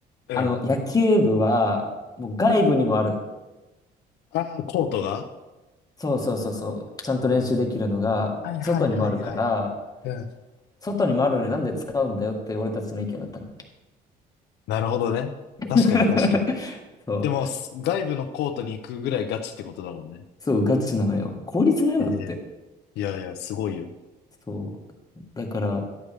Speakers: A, on the left; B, on the left.
A: うん。
B: あの、野球部は、もう外部にもあるの。
A: ああ、コートが
B: そうそうそうそう。ちゃんと練習できるのが、
A: はいはいはいはい。
B: 外にもあるから、
A: うん。
B: 外にもあるのになんで使うんだよって俺たちの意見だったの。
A: なるほどね。確かに確かに。
B: <laughs> そう。
A: でも、す外部のコートに行くぐらいガチってことだもんね。
B: そう、ガチなのよ。効率だよ、
A: ええ
B: だって。
A: いやいや、すごいよ。
B: そう。だから、